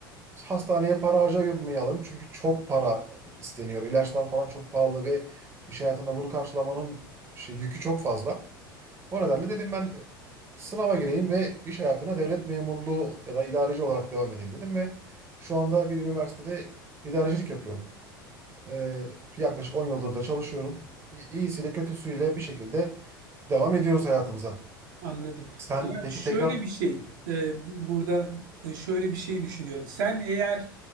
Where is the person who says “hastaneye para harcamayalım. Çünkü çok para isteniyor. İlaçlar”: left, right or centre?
Right